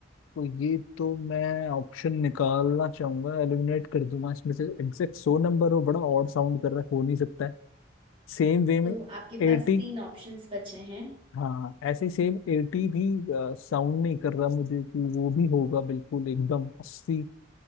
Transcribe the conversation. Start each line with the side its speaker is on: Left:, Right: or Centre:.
Left: तो ये तो मैं ऑप्शन निकालना चाहूंगा एलिमिनेट कर दूंगा इसमें से एग्जैक्ट सो नंबर हो बड़ा ऑड साउंड कर रहा है हो नहीं सकता है सेम वे में
Right: तो आपके
Left: एटी
Right: पास तीन ऑप्शंस बचे हैं
Left: हाँ ऐसे ही सेम एटी भी साउंड नहीं कर रहा मुझे कि वो भी होगा बिल्कुल एकदम अस्सी